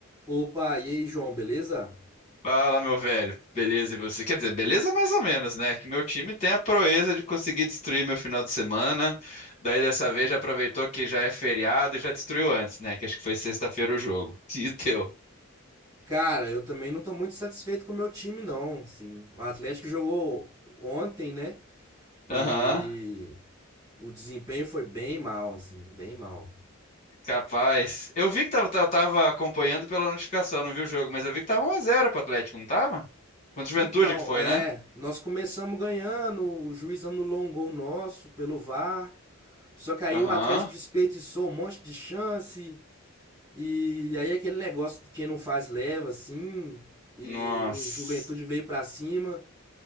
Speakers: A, on the right (about 20°); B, on the left (about 30°).
A: Opa, e aí, João, beleza?
B: Fala, meu velho. Beleza, e você? Quer dizer, beleza mais ou menos, né? Que meu time tem a proeza de conseguir destruir meu final de semana. Daí dessa vez já aproveitou que já é feriado e já destruiu antes, né? Que acho que foi sexta-feira o jogo. <laughs> E teu?
A: Cara, eu também não tô muito satisfeito com o meu time, não. Assim, o Atlético jogou ontem, né? E
B: Aham,
A: o desempenho foi bem mal, assim, bem mal.
B: capaz. Eu vi que tava, tava tava acompanhando pela notificação, não vi o jogo, mas eu vi que tava 1x0 pro Atlético, não tava? Contra o
A: Então,
B: Juventude que foi,
A: é,
B: né?
A: nós começamos ganhando, o juiz anulou um gol nosso pelo VAR, só que aí
B: Aham.
A: o Atlético desperdiçou um monte de chance, e aí aquele negócio de quem não faz leva, assim, e
B: Nossa.
A: o Juventude veio pra cima.